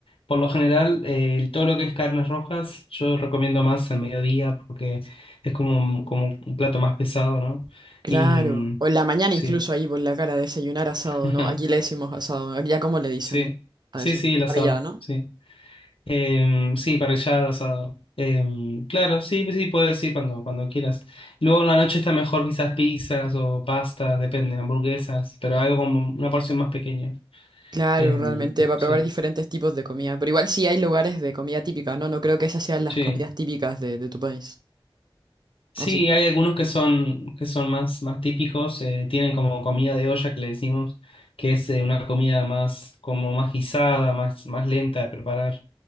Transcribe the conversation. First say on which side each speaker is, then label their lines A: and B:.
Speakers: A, on the left; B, on the right.
A: Por lo general, eh, todo lo que es carnes rojas, yo recomiendo más al mediodía porque es como, un- como un plato más pesado, ¿no?
B: Claro.
A: Y mm,
B: O en la mañana
A: sí,
B: incluso ahí por la cara, desayunar asado,
A: <laughs>
B: ¿no? Aquí le decimos asado. Aquí ya como le dicen
A: sí,
B: a
A: sí,
B: eso.
A: sí, el
B: Parrillada,
A: asado,
B: ¿no?
A: sí. Em, sí, parrillada, asado. Em, claro, sí, sí, puedes decir cuando, cuando quieras. Luego en la noche está mejor quizás pizzas o pasta, depende, hamburguesas, pero algo como una porción más pequeña.
B: Claro,
A: Em,
B: realmente, para
A: sí,
B: probar diferentes tipos de comida. Pero igual sí hay lugares de comida típica, ¿no? No creo que esas sean las
A: sí.
B: comidas típicas de, de tu país.
A: Sí,
B: ¿O sí?
A: hay algunos que son, que son más, más típicos, eh, tienen como comida de olla que le decimos, que es eh, una comida más, como más guisada, más, más lenta de preparar,